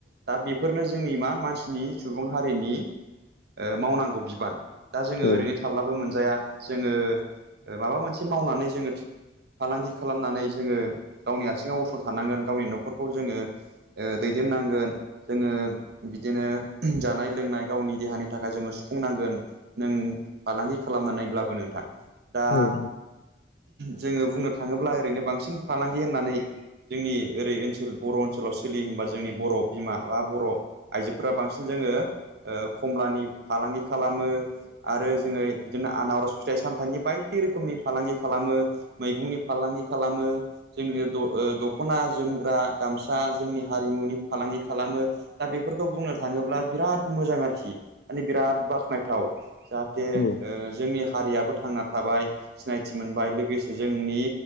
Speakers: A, on the right; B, on the left.
A: दा बेफोरनो जोंनि मा मानसिनि सुबुं हारिनि ओ मावनांगौ बिबान दा जोङो
B: औ नंगौ
A: ओरैनो थाब्लाबो मोनजाया जोङो ओ माबा मोनसे मावनानै जोङो। फालांगि खालामनानै जोङो गावनि आथिङाव गसंथानांगोन गावनि न'खरखौ जोङो। ओ दैदेननांगोन। जोङो बिदिनो जानाय लोंनाय गावनि देहानि थाखाय जोङो सुफुंनांगोन। नों फालांगि खालामनानैब्लाबो नोंथां दा।
B: औ
A: जोङो बुंनो थाङोब्ला ओरैनो बांसिन फालांगि होननानै जोंनि। ओरै ओनसोल बर' ओनसोलाव सोलियो होनोमबा जोंनि बर' बिमा बा बर' आइजोफोरा बांसिन जोङो। ओ खमलानि फालांगि खालामो। आरो जोङो बिदिनो आनारस फिथाइ सामथाइनि बायदि रोखोमनि फालांगि खालामो। मैगंनि फालांगि खालामो जोंनि द ओ दख'ना जोमग्रा गामसा जोंनि हारिमुनि फालांगि खालामो। दा बेफोरखौ बुंनो थाङोब्ला बिराद मोजां आरोखि माने बिराद बाख्नायथाव जाहा जे ओ
B: उम
A: जोंनि हारियाबो थांना थाबाय सिनायथि मोनबाय लोगोसे जोंनि